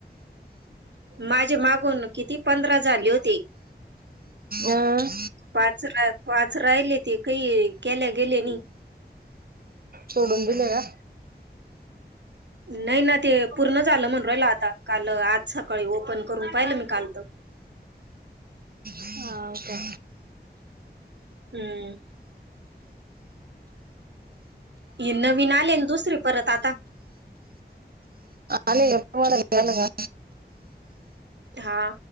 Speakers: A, on the right (about 75°); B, on the right (about 55°).
A: माझे मागून किती पंधरा झाले होते
B: अं,
A: पाच पाच राहिले ते काही केल्या गेल्याने
B: सोडून दिले या
A: नाही ना ते पूर्ण झालं म्हण राहिलं आता काल आ ज सकाळी ओपन करून पाहिलं मी काल तर
B: हा का
A: हम्म ये नवीन आलेन दुसरे परत आता
B: आलेल का
A: हा